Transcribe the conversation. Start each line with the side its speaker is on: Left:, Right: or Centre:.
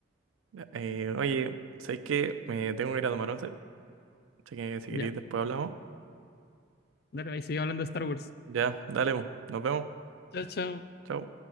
Right: Eh, oye, ¿sabes qué? Me tengo que ir a tomar once. Así que si
Left: ya.
Right: queréis, después hablamos.
Left: Dale, ahí sigue hablando de Star Wars.
Right: Ya, dale, po. nos vemos.
Left: Chao, chao.
Right: Chau.